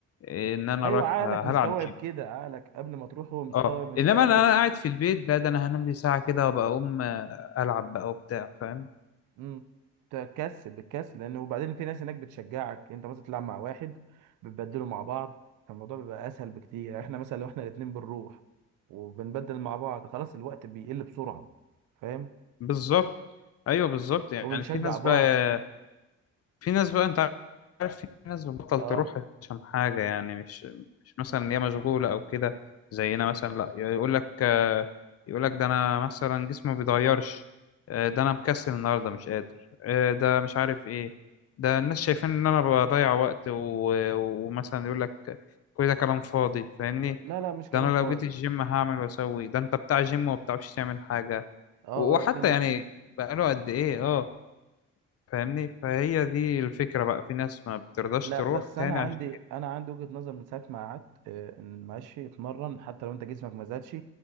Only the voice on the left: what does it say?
ان انا
رايح
هلعب جيم
اه
انما
انا أنا
قاعد في البيت ده ده انا هنام لي ساعه كده وابقى اقوم آه، العب بقى وبتاع فاهم
بالظبط ايوه بالظبط يعني
في ناس
بقى في ناس بقى انت عارف في ناس بتبطل
تروح عشان حاجة يعني مش مش مثلا إن هي مشغولة أو كده زينا مثلا لا يقول لك آه، يقول لك ده أنا مثلا جسمي ما بيتغيرش آه، ده أنا مكسل النهاردة مش قادر آه، ده مش عارف إيه ده الناس شايفين إن أنا بضيع وقت و- ومثلا يقول لك كل ده كلام فاضي فاهمني
ده أنا
لو جيت الجيم هعمل وأسوي ده أنت بتاع جيم وما بتعرفش تعمل حاجة
وحتى
يعني
بقاله قد إيه أه فاهمني فهي دي الفكرة بقى في ناس ما بترضاش
تروح
تاني
عشان